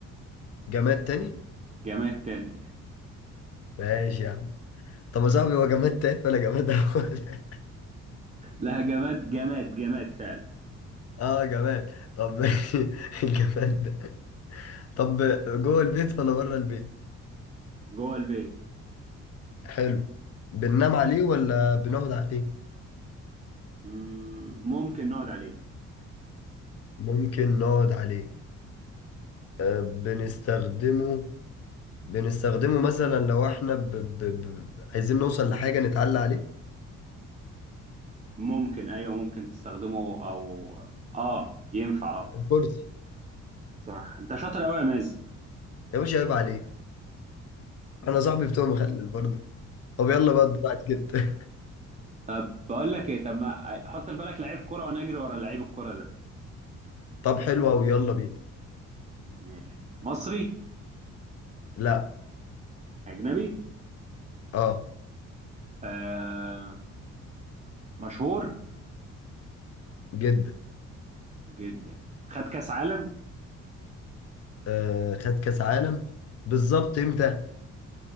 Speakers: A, on the left; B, on the right.
A: جماد تاني
B: جماد تاني
A: ماشي يا عم طب يا صاحبي هو جماد تاني ولا جماد أول <laughs>
B: لا جماد جماد جماد فعلا
A: اه جماد طب ماشي <laughs> الجماد ده طب جوه البيت ولا بره البيت
B: جوه البيت
A: حلو بننام عليه ولا بنقعد عليه
B: مم، ممكن نقعد عليه
A: ممكن نقعد عليه أه بنستخدمه بنستخدمه مثلا لو احنا ب... ب... ب... عايزين نوصل لحاجة نتعلى عليه
B: ممكن أيوه ممكن تستخدمه أو آه ينفع آه
A: الكرسي
B: صح أنت شاطر أوي يا مازن
A: يا باشا عيب عليه انا صاحبي بتوع مخلل برضه طب يلا بقى الدور عليك انت
B: طب بقول لك إيه طب ما حط في بالك لعيب كرة ونجري ورا لعيب الكرة ده
A: <laughs> طب حلو قوي يلا بينا
B: ماشي مصري
A: لا
B: أجنبي
A: اه
B: آه مشهور
A: جدا
B: جدا خد كاس عالم
A: أه خد كاس عالم بالظبط امتى